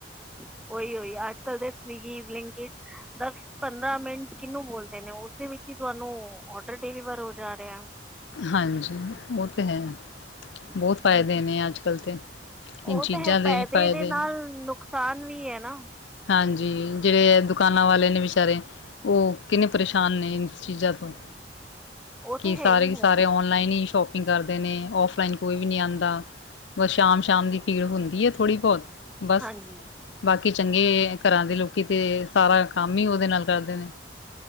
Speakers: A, in the centre; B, on the left.
A: ਉਹੀ ਉਹੀ ਅੱਜ ਕੱਲ ਦੇ ਸ <unintelligible> ਦਸ ਪੰਦਰਾਂ ਮਿੰਟ ਕਿਹਨੂੰ ਬੋਲਦੇ ਨੇ ਉਸਦੇ ਵਿੱਚ ਹੀ ਤੁਹਾਨੂੰ ਔਡਰ ਵਾਰ ਹੋ ਜਾ ਰਿਹਾ
B: ਹਾਂਜੀ ਉਹ ਤਾਂ ਹੈ ਬਹੁਤ
A: ਹੈ।
B: ਫਾਇਦੇ ਨੇ ਅੱਜ ਕੱਲ੍ਹ ਤੇ
A: ਉਹ
B: ਇਹ ਚੀਜ਼ਾਂ
A: ਤਾਂ ਹੈ
B: ਦੇ ਵੀ ਫਾਇਦੇ
A: ਦੇ ਨਾਲ
B: ਨੇ
A: ਨੁਕਸਾਨ ਵੀ ਹੈ ਨਾ
B: ਹਾਂਜੀ। ਜਿਹੜੇ ਦੁਕਾਨਾਂ ਵਾਲੇ ਨੇ ਵਿਚਾਰੇ ਉਹ ਕਿੰਨੇ ਪਰੇਸ਼ਾਨ ਨੇ ਇਸ ਚੀਜ਼ਾਂ ਤੋਂ
A: ਉਹ
B: ਕਿ
A: ਤੇ ਹੈ
B: ਸਾਰੇ
A: ਹੀ
B: ਦੇ
A: ਹੈ
B: ਸਾਰੇ ਔਨਲਾਈਨ ਹੀ ਸ਼ੋਪਿੰਗ ਕਰਦੇ ਨੇ ਔਫਲਾਈਨ ਕੋਈ ਵੀ ਨੀ ਆਉਂਦਾ ਬਸ ਸ਼ਾਮ ਸ਼ਾਮ ਦੀ ਪੀੜ ਹੁੰਦੀ ਹੈ। ਥੋੜੀ ਬਹੁਤ ਬਸ
A: ਹਾਂਜੀ
B: ਬਾਕੀ ਚੰਗੇ ਘਰਾਂ ਦੇ ਲੋਕ ਕਿਤੇ ਸਾਰਾ ਕੰਮ ਹੀ ਉਹਦੇ ਨਾਲ ਕਰਦੇ ਨੇ